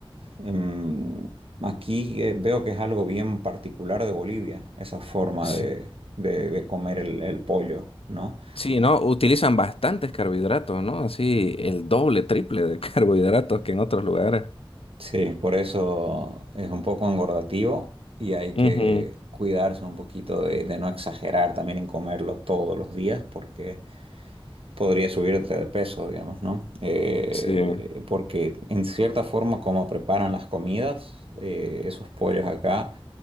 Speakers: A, on the right; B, on the left.
A: Em, aquí eh, veo que es algo bien particular de Bolivia, esa forma
B: Sí.
A: de, de- de comer el, el pollo, ¿no?
B: Sí, ¿no? Utilizan bastantes carbohidratos, ¿no? Así el doble, triple de <laughs> carbohidratos que en otros lugares.
A: Sí, por eso es un poco engordativo y hay que
B: Ujú.
A: cuidarse un poquito de, de no exagerar también en comerlo todos los días, porque podría subirte de peso, digamos, ¿no? Eh,
B: Sí.
A: porque en cierta forma como preparan las comidas, eh, esos pollos acá,